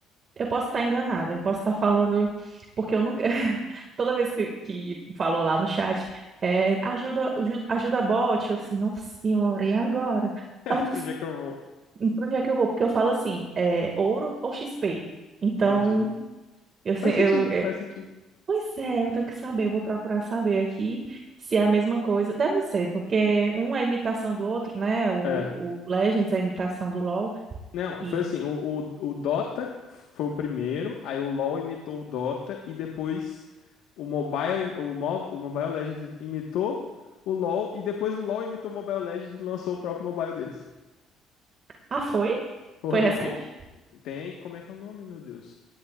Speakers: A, on the right; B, on the left.
A: Eu posso estar enganada, eu posso estar falando, porque eu nunca. <laughs> Toda vez que, que falou lá no chat, é, ajuda, aju- ajuda a bot, eu disse, nossa senhora, e agora? <laughs> Ah,
B: Pra onde é que eu vou?
A: Pra onde é que eu vou? Porque eu falo assim, é ouro ou XP. Então.
B: Entendi.
A: Eu, se-
B: Faz
A: eu,
B: sentido, faz
A: é,
B: sentido.
A: pois é, eu tenho que saber, eu vou procurar saber aqui se é a mesma coisa. Deve ser, porque um é imitação do outro, né? O, o
B: É.
A: Legends é imitação do LoL
B: Não,
A: e...
B: foi assim, o, o, o Dota foi o primeiro, aí o LoL imitou o Dota e depois o Mobile, im- o, Mo, o Mobile Legends imitou o LoL e depois o LoL imitou o Mobile Legends e lançou o próprio mobile deles.
A: Ah, foi?
B: Foi,
A: Foi recente?
B: tem. Tem, como é que é o nome, meu Deus?